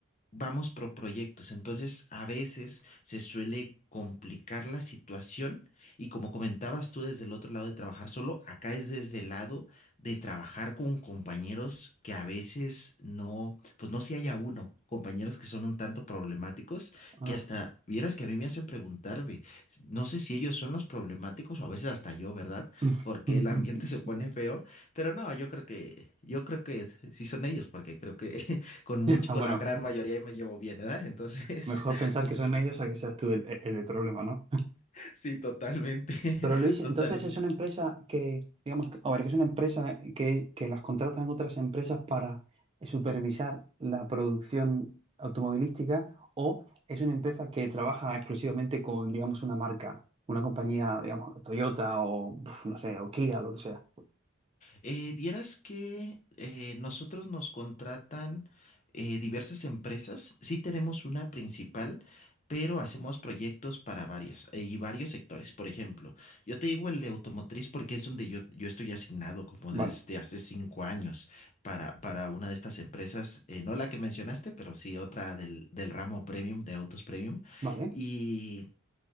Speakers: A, on the left; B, on the right.
A: vamos por proyectos, entonces a veces se suele complicar la situación y como comentabas tú desde el otro lado de trabajar solo, acá es desde el lado de trabajar con compañeros que a veces no, pues no si haya uno. compañeros que son un tanto problemáticos,
B: ah.
A: que hasta vieras que a mí me hacen preguntarme, no sé si ellos son los problemáticos o a veces hasta yo, ¿verdad?
B: <laughs>
A: Porque el ambiente se pone feo, pero no, yo creo que, yo creo que sí son ellos, porque creo que <laughs> con much-
B: Ya,
A: con
B: bueno,
A: la gran mayoría me llevo bien, ¿verdad? Entonces,
B: mejor
A: <laughs>
B: pensar
A: te-
B: que son ellos a que seas tú el, el- el problema, ¿no?
A: Sí, totalmente, <laughs>
B: Pero Luis,
A: totalmente.
B: entonces es una empresa que, digamos, que- a ver, que es una empresa que, que las contratan otras empresas para supervisar la producción automovilística o es una empresa que trabaja exclusivamente con, digamos, una marca, una compañía, digamos, Toyota o, pf, no sé, o Kia, lo que sea.
A: Eh, vieras que eh, nosotros nos contratan eh, diversas empresas. Sí tenemos una principal, pero hacemos proyectos para varias eh, y varios sectores. Por ejemplo, yo te digo el de automotriz porque es donde yo, yo estoy asignado como
B: Vale,
A: desde hace cinco años para, para una de estas empresas, eh, no la que mencionaste, pero sí otra del, del ramo premium, de autos premium.
B: vale.
A: Y...